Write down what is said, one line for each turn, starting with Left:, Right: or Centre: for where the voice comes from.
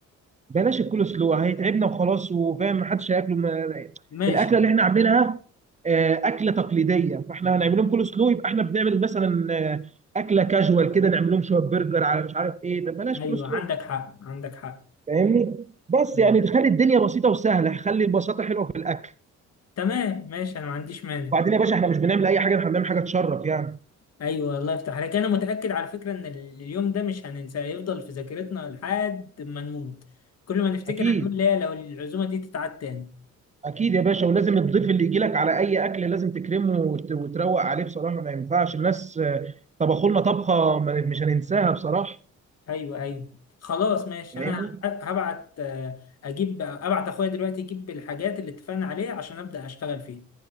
Right: بلاش الكول سلو هيتعبنا وخلاص وفاهم محدش هياكله ما-
Left: ماشي
Right: الاكله اللي احنا عاملينها آه، اكله تقليديه فاحنا هنعمل لهم كول سلو يبقى احنا بنعمل مثلا آه، اكله كاجوال كده نعمل لهم شويه برجر على مش عارف ايه ده بلاش
Left: ايوه
Right: كول سلو
Left: عندك حق عندك حق
Right: فاهمني بس
Left: اه
Right: يعني تخلي الدنيا بسيطه وسهله خلي البساطه حلوه في الأكل.
Left: تمام ماشي انا ما عنديش مانع
Right: وبعدين يا باشا احنا مش بنعمل اي حاجه احنا بنعمل حاجه تشرف يعني
Left: ايوه الله يفتح عليك انا متاكد على فكره ان اليوم ده مش هننساه هيفضل في ذاكرتنا لحد ما نموت كل ما نفتكر
Right: اكيد
Left: هنقول لا لو العزومه دي تتعاد تاني
Right: اكيد يا باشا ولازم الضيف اللي يجي لك على اي اكل لازم تكرمه وت- وتروق عليه بصراحه ما ينفعش الناس آه، طبخوا لنا طبخه ما- مش هننساها بصراحه
Left: ايوه ايوه خلاص ماشي
Right: فاهمني
Left: انا هب- هبعت آه، اجيب ابعت اخويا دلوقتي يجيب الحاجات اللي اتفقنا عليها عشان ابدا اشتغل فيها